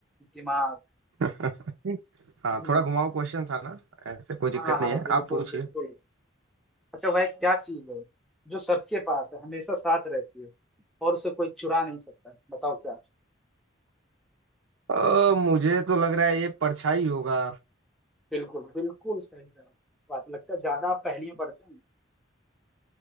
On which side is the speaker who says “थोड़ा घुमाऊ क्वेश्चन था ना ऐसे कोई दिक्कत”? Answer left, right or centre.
Right